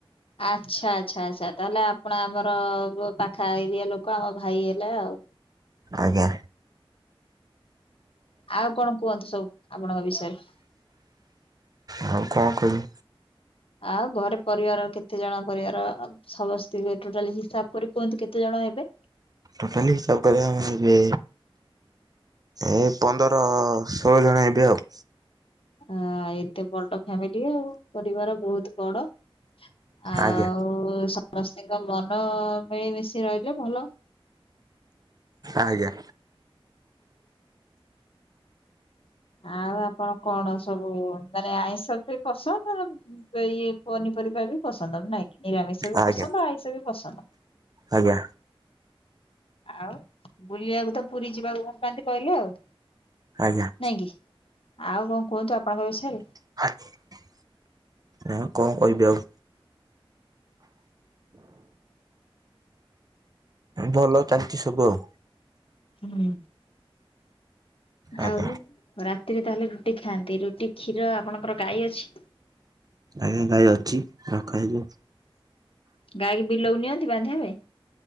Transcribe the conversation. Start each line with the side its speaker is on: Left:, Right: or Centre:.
Left: ଆଛା ଆଚ୍ଛା ଆଚ୍ଛା ତାହଲେ ପୁଣ ଆମର ପାଖା ଏରିଆ ଲୋକ ଆମ ଭାଇ ହେଲେ ଆଉ।
Right: ଆଜ୍ଞା।
Left: ଆଉ କଣ କୁହନ୍ତୁ ସବୁ ଆପଣଙ୍କ ବିଷୟରେ?
Right: ଆଉ କଣ କରି?
Left: ଆଉ ଘରେ ପରିବାର କେତେ ଜଣ ପରିବାର? ସମସ୍ତ ଟୋଟାଲ ହିସାବ କରି କୁହନ୍ତୁ କେତେ ଜଣ ହେବେ?
Right: ଟୋଟାଲ ହିସାବ କରିବା ଆମେ ଯଦି ଏ ପନ୍ଦର ସ୍ ଷୋଳ ଜଣ ହେବେ ଆଉ।
Left: ଆ ଏତେ ବଡ ଫ୍ୟାମିଲି ଆଉ ପରିବାର ବହୁତ ବଡ। ଆଉ
Right: ଆଜ୍ଞା
Left: ସ୍ ସମସ୍ତିଙ୍କ ମନ ମିଳିମିଶି ରହିଲେ ଭଲ।
Right: ଆ୍ଞା।
Left: ଆଉ ଆପଣ କଣ ସବୁ ମାନେ ଆଇଁଷ ବି ପସନ୍ଦ ଆ ଇଏ ପନିପରିବା ବି ପସନ୍ଦ ଆବ ନାଇଁ କି। ନିରାମିଷ ବି
Right: ଆଜ୍ଞା
Left: ପସନ୍ଦ ଆଇଷ ବି ପସନ୍ଦ?
Right: ଆଜ୍ଞା
Left: ଆଉ ବୁଲିବାକୁ ତ ପୁରୀ ଯିବାକୁ ଭଲ ପାନ୍ତି କହିଲେ ଆଉ।
Right: ଆଜ୍ଞା।
Left: ନାଇଁ କି ଆଉ କଣ କୁହନ୍ତୁ ଆପଣଙ୍କ ବିଷୟରେ?
Right: <inaudible> ଏ କଣ କହିବି ଆଉ ଭଲ ଚାଲିଛି ସବୁ ଆଉ।
Left: ହୁଁ
Right: ଆଜ୍ଞା
Left: ଆଉ। ରାତିରେ ତାହେଲେ ରୁଟି ଖାଆନ୍ତି ରୁଟି କ୍ଷୀର ଆପଣଙ୍କର ଗାଈ ଅଛି।
Right: ଆଜ୍ଞା ଗାଇ ଅଛି ରଖା ହେଇଛି।
Left: ଗାଈକି ବିଲକୁ ନିଅନ୍ତି ବାନ୍ଧିବା ପାଇଁ।